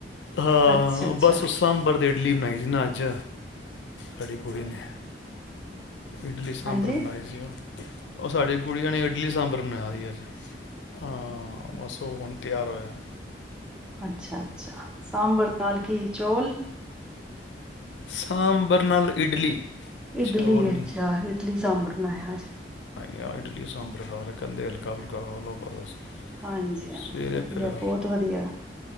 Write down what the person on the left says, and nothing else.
ਹਾਂ
ਬਸ ਸਾਂਬਰ ਦੇ ਇਡਲੀ ਬਣਾਈ ਸੀ ਨਾ ਅੱਜ ਸਾਡੀ ਕੁੜੀ ਨੇ ਇਡਲੀ ਸਾਂਬਰ
ਬਣਾਏ ਸੀ ਹੁਣ ਉਹ ਸਾਡੀ ਕੁੜੀੀਆਂ ਨੇ ਇਡਲੀ ਸਾਂਬਰ ਬਣਾਇਆ ਸੀ ਅੱਜ ਹਾਂ ਬਸ ਉਹ ਹੁਣ ਤਿਆਰ ਹੋਇਆ
ਸਾਂਬਰ ਨਾਲ ਇਡਲੀ
ਚੌਲ ਨਹੀਂ
ਜਾਂ ਇਡਲੀ ਸਾਂਬਰ ਖਾਯਾ ਕਹਿੰਦੇ ਹਲਕਾ-ਫੁਲਕਾ ਖਾ ਲੋ ਬਸ
ਸਵੇਰੇ
ਫਿਰ